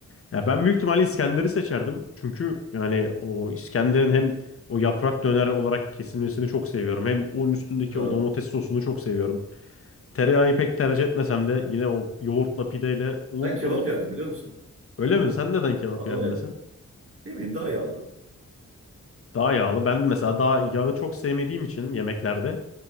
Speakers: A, on the left; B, on the right.
A: Ya ben büyük ihtimalle İskender'i seçerdim. Çünkü yani o İskender'in hem o yaprak döner olarak kesilmesini çok seviyorum. Hem onun üstündeki
B: ha.
A: o domates sosunu çok seviyorum. Tereyağı pek tercih etmesem de yine o yoğurtla pideyle onun,
B: Ben kebap
A: onun...
B: yerdim biliyor musun?
A: Öyle mi? Sen neden kebap
B: Adana
A: yerdin
B: yerdim.
A: mesela?
B: Ne bileyim daha yağlı.
A: Daha yağlı. Ben mesela daha yağı çok sevmediğim için yemeklerde